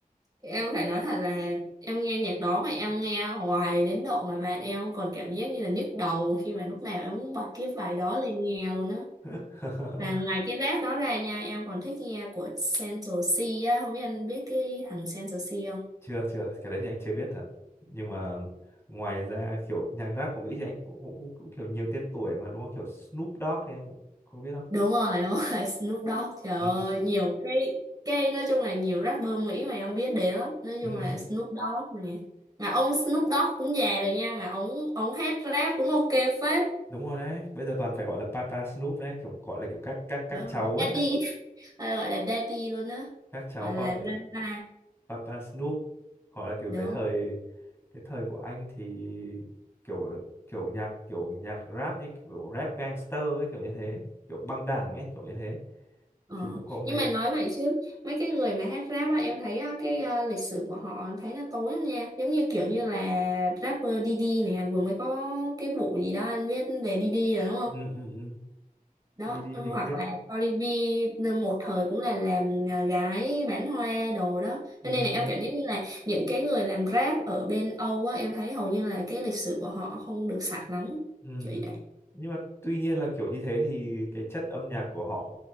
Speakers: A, on the right; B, on the left.
A: em phải nói thật là em nghe nhạc đó mà em nghe hoài đến độ mà bạn em còn cảm giác như là nhức đầu khi mà lúc nào em cũng bật cái bài đó lên nghe luôn á
B: <laughs>
A: Và ngoài cái rap đó ra nha, em còn thích nghe của Central C á, không biết anh biết cái thằng Central C không?
B: chưa chưa cái đấy thì anh chưa biết thật nhưng mà ngoài ra kiểu nhạc rap của Mỹ thì anh cũng cũng cũng, cũng kiểu nhiều tên tuổi mà đúng không kiểu Snoop Dogg thì em cũng không biết không
A: Đúng rồi, đúng rồi, <laughs> Snoop Dogg, trời ơi,
B: ừ,
A: nhiều cái, cái nói chung là nhiều rapper Mỹ mà em biết đến lắm, nói
B: ừ,
A: chung là Snoop Dogg nè. Mà ông Snoop Dogg cũng già rồi nha, mà ông, ông hát rap cũng ok phết.
B: <laughs> đúng rồi đấy bây giờ toàn phải gọi là Papa Snoop đấy kiểu gọi là kiểu các các các
A: đúng
B: cháu
A: rồi
B: ấy
A: daddy
B: các
A: <laughs> hay gọi là daddy luôn á
B: các cháu
A: gọi
B: gọi
A: là grandpa
B: Papa Snoop hoặc là kiểu
A: đúng
B: cái thời cái thời của anh thì kiểu kiểu nhạc kiểu nhạc rap như kiểu rap gangster ấy kiểu như thế kiểu băng đảng ấy kiểu như thế
A: ờ.
B: thì cũng có mấy
A: nhưng mà nói vậy chứ mấy cái người mà hát rap á em thấy á, cái ờ, lịch sử của họ thấy là tối lắm nha giống như kiểu như là rapper Diddy này à, vừa mới có cái vụ gì đó anh biết về Diddy rồi đúng không
B: ừ, ừ, ừ.
A: đó
B: đi đi
A: hoặc
B: thì anh biết
A: là Cardi B một thời cũng là làm à, gái bán hoa đồ đó
B: ừ.
A: cho nên là em cảm giác như là những cái người làm rap ở bên Âu á em thấy hầu như là cái lịch sử của họ không được sạch lắm
B: Ừ.
A: kiểu vậy
B: Nhưng mà tuy nhiên là kiểu như thế thì cái chất âm nhạc của họ